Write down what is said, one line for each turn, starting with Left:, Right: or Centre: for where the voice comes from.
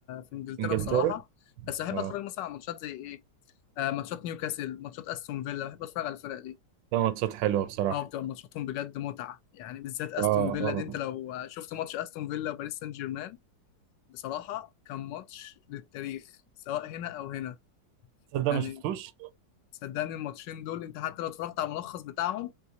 Left: في انجلترا
Right: إنجلترا
Left: بصراحه بس بحب
Right: أه
Left: اتفرج مثلا على ماتشات زي ايه آه ماتشات نيوكاسل ماتشات استون فيلا بحب اتفرج على الفرق دي
Right: ده ماتشات حلوة بصراحة
Left: اه بتبقى ماتشاتهم بجد متعه يعني بالذات استون
Right: أه
Left: فيلا
Right: أه
Left: دي انت لو شفت ماتش استون فيلا وباريس سان جيرمان بصراحه كان ماتش للتاريخ سواء هنا او هنا
Right: تصدق
Left: يعني
Right: ما شفتوش
Left: صدقني الماتشين دول انت حتى لو اتفرجت على الملخص بتاعهم